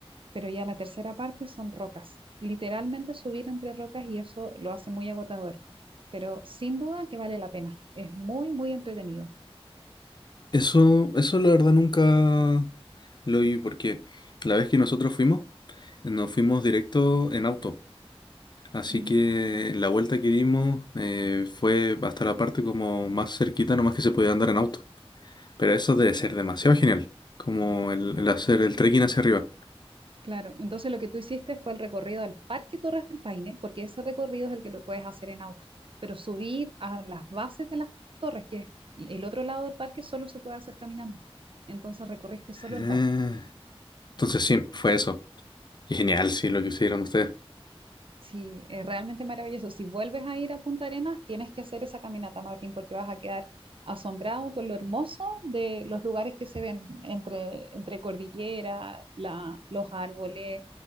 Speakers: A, on the right; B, on the left.
A: pero ya la tercera parte son rocas, literalmente subir entre rocas y eso lo hace muy agotador, pero sin duda que vale la pena, es muy, muy entretenido.
B: Eso, eso la verdad nunca lo vi porque la vez que nosotros fuimos, nos fuimos directo en auto. Así
A: Mm.
B: que la vuelta que dimos eh, fue hasta la parte como más cerquita, nomás que se podía andar en auto. Pero eso debe ser demasiado genial, como el, el hacer el trekking hacia arriba.
A: Claro, entonces lo que tú hiciste fue el recorrido al Parque Torres del Paine, porque ese recorrido es el que lo puedes hacer en auto, pero subir a las bases de las torres, que es el otro lado del parque, solo se puede hacer caminando. Entonces recorriste solo
B: Ah,
A: el parque.
B: Entonces sí, fue eso. Y genial, sí, lo que hicieron ustedes.
A: Sí, es realmente maravilloso. Si vuelves a ir a Punta Arenas, tienes que hacer esa caminata, Martín, porque vas a quedar asombrado con lo hermoso de los lugares que se ven entre, entre cordillera, la, los árboles,